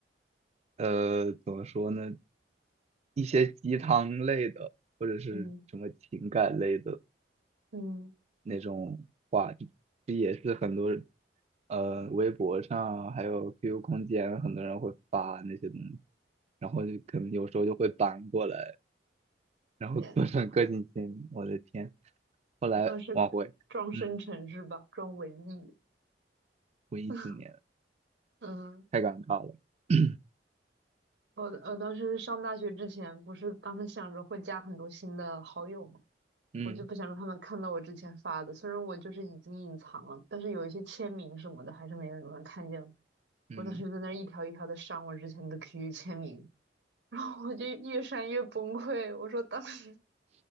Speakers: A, on the right; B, on the right.
A: 呃怎么说呢，一些鸡汤类的，或者是什么情感类的
B: 嗯嗯，
A: 那种话，这这也是很多呃微博上还有 QQ 空间很多人会发那些东西，然后就可能有时候就会搬过来，然后做成个性签名，
B: 天呐，
A: 我的天！后来往回，
B: 你倒是装深沉是吧？
A: 嗯，
B: 装文艺。
A: 回忆起年，
B: <laughs> 嗯，
A: 太尴尬了。<coughs> <clears throat>
B: 我我当时上大学之前，不是当时想着会加很多新的好友嘛，
A: 嗯
B: 我就不想让他们看到我之前发的。虽然我就是已经隐藏了，但是有一些签名什么的，还是没有人能看见。
A: 嗯，
B: 我当时在那儿一条一条的删我之前的 QQ 签名，然后我就越删越崩溃，我说当时